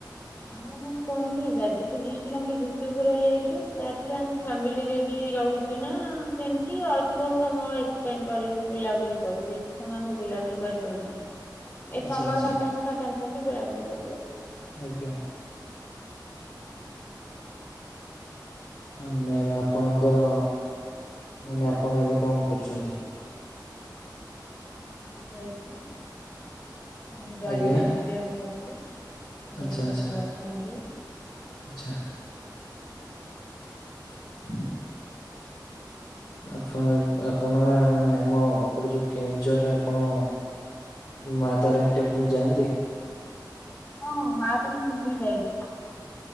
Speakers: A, on the left; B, on the left.
A: ଆମେ ମାନେ କଣ କି ଯାଜପୁର ଡିଷ୍ଟ୍ରିକର ଆମେ ଟିକେ ଭିତରକୁ ରହିଯାଇଛୁ ତା ଛଡା ଆମେ ଫାମିଲ ରେ ବି ରହୁ ଚୁନା ସେମିତି ଅଳ୍ପ ସମୟ ଏ ସେମିତି କରିକି ବୁଲାବୁଲି କରୁ ବେଶି ସମୟ ଆମେ ବୁଲାବୁଲି କରିପାରୁନା ଏ
B: ଆଚ୍ଛା
A: ସମର
B: ଆଚ୍ଛା
A: ଭାକା କା ହେଲେ ବୁଲାବୁଲି କରୁଉ
B: ଆଜ୍ଞା। ଆ ମ୍ୟା ଆପଣଙ୍କର ମାନେ ଆପଣ ଏବେ କଣ କରୁଛନ୍ତି?
A: ହେଇବୁ ଆମର ଜଏଣ୍ଟ
B: ଆଜ୍ଞା
A: ଫ୍ୟାମିଲି ପ୍ରେମ ଅଛି ମୋଦି
B: ଆଚ୍ଛା
A: ଦିଟା
B: ଆଚ୍ଛା
A: ପୁଅ ଅଛନ୍ତି।
B: ଆଚ୍ଛା ହୁଁ। ଆପ ଆପଣ ମାନେ ଆମ ଏପଟେ ଯୋଉ କେଉଁଝରରେ ଆପଣ ମା ତାରିଣୀ ଟେମ୍ପୁଲ ଯାଆନ୍ତି?
A: ହଁ ମା ତାରିଣୀ ଟେମ୍ପୁଲ ଯାଇଛି।